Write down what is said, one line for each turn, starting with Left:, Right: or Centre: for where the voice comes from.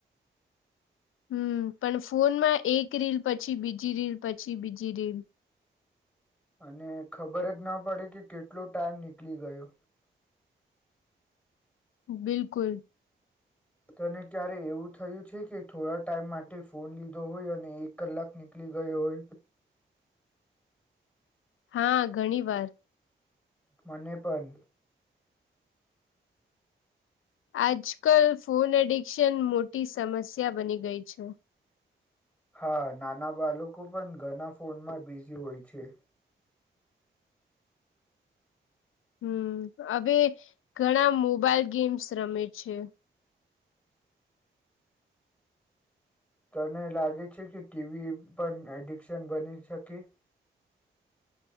Left: હમ્મ પણ ફોનમાં એક રીલ પછી બીજી રીલ પછી બીજી રીલ.
Centre: અને ખબર જ ના પડે કે કેટલો ટાઈમ નીકળી ગયો.
Left: બિલકુલ.
Centre: તને ક્યારે એવું થયું છે કે થોડા ટાઈમ માટે ફોન લીધો હોય અને એ કલાક નીકળી ગયો હોય.
Left: હા ઘણી વાર.
Centre: મને પણ.
Left: આજ કલ ફોન એડિક્શન મોટી સમસ્યા બની ગઈ છે.
Centre: હા નાના બાળકો પણ ઘના ફોનમાં બિઝી હોય છે.
Left: હમ્મ હવે ઘણા મોબાઈલ ગેમ્સ રમે છે.
Centre: તને લાગે છે કે ટીવી પણ એડિક્શન બની શકે.